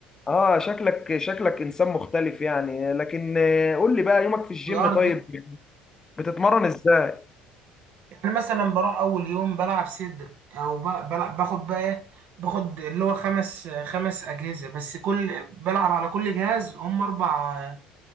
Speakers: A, on the left; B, on the right.
A: اه شكلك شكلك انسان مختلف يعني لكن آه، قول لي بقى يومك في الجيم
B: وارض
A: طيب بتتمرن ازاي
B: يعني مثلا بروح اول يوم بلعب صدر او ب- بلعب باخد بقى ايه باخد اللي هو خمس خمس اجهزه بس كل بلعب على كل جهاز هم اربع